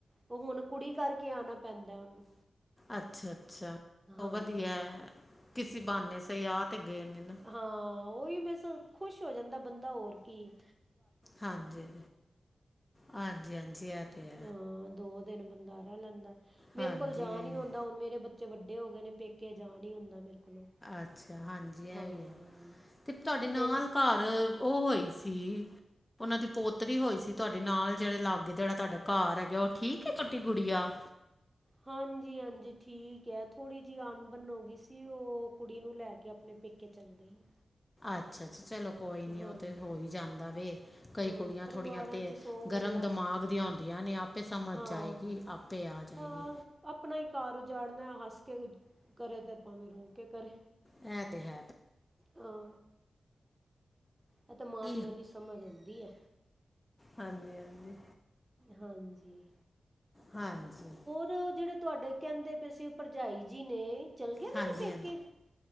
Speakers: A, on the right; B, on the left.
A: ਉਹ ਹੁਣ ਕੁੜੀ ਕਰਕੇ ਆਣਾ ਪੈਂਦਾ ਉਹਨੂੰ।
B: ਅੱਛਾ-ਅੱਛਾ
A: ਹਾਂ
B: ਉਹ ਵਧੀਆ ਕਿਸੀ ਬਹਾਨੇ ਸਹੀ ਆ ਤੇ ਗਏ ਨੇ ਨਾ।
A: ਹਾਂ ਉਹੀ ਮੇ ਖੁਸ਼ ਹੋ ਜਾਂਦਾ ਬੰਦਾ ਹੋਰ ਕੀ ਹੈ।
B: ਹਾਂਜੀ-ਹਾਂਜੀ, ਹਾਂਜੀ-ਹਾਂਜੀ ਇਹ ਤੇ ਹੈ।
A: ਹਾਂ ਦੋ ਦਿਨ ਬੰਦਾ ਰਹਿ ਲੈਂਦਾ, ਮੇਰੇ
B: ਹਾਂਜੀ
A: ਕੋਲ ਜਾ ਨੀ ਹੁੰਦਾ ਹੁਣ ਮੇਰੇ ਬਚੇ ਬੱਚੇ ਵੱਡੇ ਹੋ ਗਏ ਨੇ ਪੇਕੇ ਜਾ ਨਈ ਹੁੰਦਾ ਮੇਰੇ ਕੋਲੋਂ।
B: ਅੱਛਾ ਹਾਂਜੀ ਇਹ
A: ਹਾਂ
B: ਵੀ ਹੈ, ਤੇ ਤੁਹਾਡੇ ਨਾਲ
A: ਫਿਰ ਇਸ
B: ਘਰ ਉਹ ਹੋਈ ਸੀ ਉਹਨਾਂ ਦੀ ਪੋਤਰੀ ਹੋਈ ਸੀ ਤੁਹਾਡੇ ਨਾਲ ਜਿਹੜੇ ਲਾਗੇ ਜਿਹੜਾ ਤੁਹਾਡੇ ਘਰ ਹੈਗਾ ਉਹ ਠੀਕ ਹੈ ਛੋਟੀ ਗੁੜੀਆ?
A: ਹਾਂਜੀ-ਹਾਂਜੀ ਠੀਕ ਹੈ ਥੋੜੀ ਜਿਹੀ ਅਣਬਨ ਹੋ ਗਈ ਸੀ ਉਹ ਕੁੜੀ ਨੂੰ ਲੈ ਕੇ ਆਪਣੇ ਪੇਕੇ ਚਲੀ ਗਈ।
B: ਅੱਛਾ-ਅੱਛਾ ਚਲੋ ਕੋਈ ਨਈ
A: ਹਾਂਜੀ
B: ਉਹ ਤਾਂ ਹੋ ਹੀ ਜਾਂਦਾ ਵੇ, ਕਈ
A: ਹਾਂ
B: ਕੁੜੀਆਂ
A: ਪਰਿਵਾਰਾਂ
B: ਥੋੜ੍ਹੀਆਂ ਤੇਜ
A: 'ਚ ਸੌ
B: ਗਰਮ
A: ਗੱਲਾਂ
B: ਦਿਮਾਗ
A: ਹੁੰਦੀਆਂ
B: ਦੀਆਂ ਹੁੰਦੀਆਂ ਨੇ ਆਪੇ ਸਮਝ
A: ਹਾਂ
B: ਜਾਏਗੀ
A: ਹਾਂ
B: ਆਪੇ ਆ ਜਾਏਗੀ।
A: ਹਾਂ ਆਪਣਾ ਹੀ ਘਰ ਉਜਾੜਨਾ ਹੱਸ ਕੇ ਕਰੇ ਤੇ ਭਾਵੇਂ ਰੋ ਕੇ ਕਰੇ।
B: ਐ ਤੇ ਹੈ।
A: ਹਾਂ ਉਹ ਤੇ ਮਾਂ-ਪਿਓ
B: ਕੀ
A: ਦੀ ਸਮਝ ਹੁੰਦੀ ਏ।
B: ਹਾਂਜੀ-ਹਾਂਜੀ
A: ਹਾਂਜੀ
B: ਹਾਂਜੀ
A: ਤੇ ਉਹ ਜਿਹੜੇ ਤੁਹਾਡੇ ਕਹਿੰਦੇ ਪਏ ਸੀ ਉਹ ਭਰਜਾਈ ਜੀ ਨੇ ਚਲਗੇ ਦੇ
B: ਹਾਂਜੀ
A: ਨੇ ਪੇਕੇ?
B: ਹਾਂਜੀ